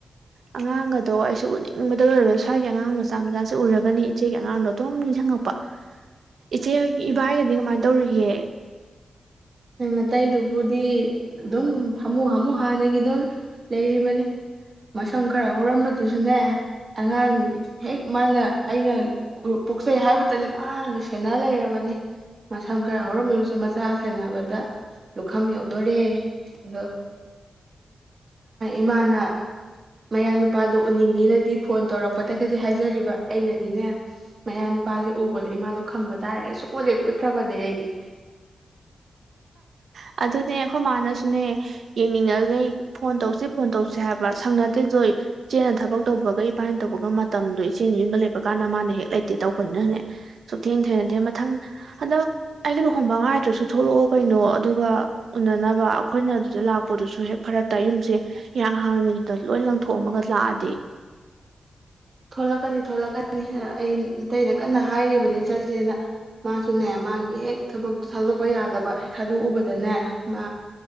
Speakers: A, on the right; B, on the right.
A: ꯑꯉꯥꯡꯒꯗꯣ ꯑꯩꯁꯨ ꯎꯅꯤꯡꯕꯗ ꯂꯣꯏꯔꯕ ꯁ꯭ꯋꯥꯏꯒꯤ ꯑꯉꯥꯡ ꯃꯆꯥ ꯃꯆꯥꯁ ꯎꯔꯒꯅꯤ ꯏꯆꯦꯒꯤ ꯑꯉꯥꯡꯗꯣ ꯑꯗꯨꯝ ꯅꯤꯡꯁꯤꯡꯉꯛꯄ ꯏꯆꯦ ꯍꯣꯏꯒꯤ ꯏꯕꯥꯏꯒꯗꯤ ꯀꯃꯥꯏꯅ ꯇꯧꯔꯤꯒꯦ
B: ꯑꯅꯥꯇꯩꯗꯨꯕꯨꯗꯤ ꯑꯗꯨꯝ ꯐꯃꯨ ꯍꯥꯃꯨ ꯍꯥꯟꯅꯒꯤ ꯑꯗꯨꯝ ꯂꯩꯔꯤꯕꯅꯤ ꯃꯁꯝ ꯈꯔ ꯍꯧꯔꯝꯕꯗꯨꯁꯨꯅꯦ ꯑꯉꯥꯡ ꯍꯦꯛ ꯃꯥꯅ ꯑꯩꯅ ꯄꯣꯛꯆꯩ ꯍꯥꯏꯕꯇꯅꯦ ꯃꯥꯗ ꯁꯦꯟꯅ ꯂꯩꯔꯕꯅꯤ ꯃꯁꯝ ꯈꯔ ꯍꯧꯔꯝꯕꯗꯨꯁꯨ ꯃꯆꯥ ꯁꯦꯟꯅꯕꯅꯤ ꯂꯨꯈꯝ ꯌꯧꯗꯣꯔꯦ ꯑꯗꯣ ꯏꯃꯥꯅ ꯃꯌꯥ ꯅꯨꯄꯥꯗꯣ ꯎꯅꯤꯡꯉꯤꯅꯗꯤ ꯐꯣꯟ ꯇꯧꯔꯛꯄꯗꯒꯗꯤ ꯍꯥꯏꯖꯔꯤꯕ ꯑꯩꯅꯗꯤꯅꯦ ꯃꯌꯥ ꯅꯨꯄꯥꯁꯦ ꯎꯕꯗꯣ ꯏꯃꯥꯗꯣ ꯈꯪꯕ ꯇꯥꯔꯦ ꯑꯨꯡꯂꯦꯛ ꯎꯠꯇ꯭ꯔꯕꯅꯦ ꯑꯩꯗꯤ
A: ꯑꯗꯨꯅꯦ ꯑꯩꯈꯣꯏ ꯃꯥꯅꯁꯨꯅꯦ ꯌꯦꯡꯅꯤꯡꯉꯩ ꯐꯣꯟ ꯇꯧꯁꯤ ꯐꯣꯟ ꯇꯧꯁꯤ ꯍꯥꯏꯕ꯭ꯔꯥ ꯁꯪꯅꯗꯦꯗꯣ ꯏꯆꯦꯅ ꯊꯕꯛ ꯇꯧꯕꯒ ꯏꯕꯥꯥꯏꯅ ꯇꯧꯕꯒ ꯃꯇꯝꯗꯣ ꯏꯆꯦ ꯌꯟꯕ ꯂꯩꯕ ꯀꯥꯟꯗ ꯃꯥꯅ ꯍꯦꯛ ꯂꯩꯇꯦ ꯇꯧꯕꯅꯤꯅꯅꯦ ꯁꯨꯊꯦꯡ ꯊꯦꯡꯅꯗꯦ ꯃꯊꯪ ꯍꯟꯗꯛ ꯑꯩꯒꯤ ꯂꯨꯍꯣꯡꯕ ꯉꯥꯏꯗ꯭ꯔꯁꯨ ꯊꯣꯛꯂꯛꯑꯣ ꯀꯩꯅꯣ ꯑꯗꯨꯒ ꯎꯅꯅꯕ ꯑꯩꯈꯣꯏꯅ ꯑꯗꯨꯗ ꯂꯥꯛꯄꯗꯨꯁꯨ ꯍꯦꯛ ꯐꯔꯛꯇ ꯌꯨꯝꯁꯦ ꯏꯤꯔꯥꯡ ꯍꯥꯡꯅꯤꯤꯗꯨꯗ ꯂꯣꯏ ꯂꯪꯊꯣꯛꯑꯝꯃꯒ ꯂꯥꯛꯑꯗꯤ
B: ꯊꯣꯛꯂꯛꯀꯅꯤ ꯊꯣꯛꯂꯛꯀꯅꯤ ꯑꯩ ꯑꯇꯩꯗ ꯀꯟꯅ ꯍꯥꯏꯔꯤꯕꯅꯤ ꯆꯠꯁꯦꯅ ꯃꯥꯁꯨꯅꯦ ꯃꯥꯒꯤ ꯍꯦꯛ ꯊꯕꯛꯇ ꯊꯥꯗꯣꯛꯄ ꯌꯥꯗꯕ ꯍꯦꯛ ꯊꯥꯗꯣꯛꯎꯕꯗꯅꯦ ꯃꯥ